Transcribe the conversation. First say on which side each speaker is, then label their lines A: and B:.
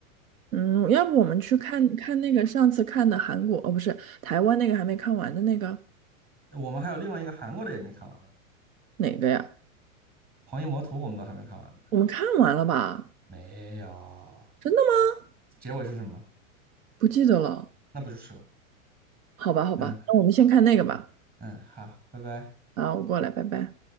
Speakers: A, on the right; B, on the right.
A: 嗯，要不我们去看看那个上次看的韩国，哦，不是台湾那个还没看完的那个。
B: 我们还有另外一个韩国的也没看完呢，
A: 哪个呀？
B: 《狂医魔图》我们都还没看完呢。
A: 我们看完了吧？
B: 没有，
A: 真的吗？
B: 结尾是什么？
A: 不记得了。
B: 那不就是了？
A: 好吧，好吧，
B: 嗯
A: 那我们先看那个吧。
B: 嗯，好，拜拜。
A: 啊，我过来，拜拜。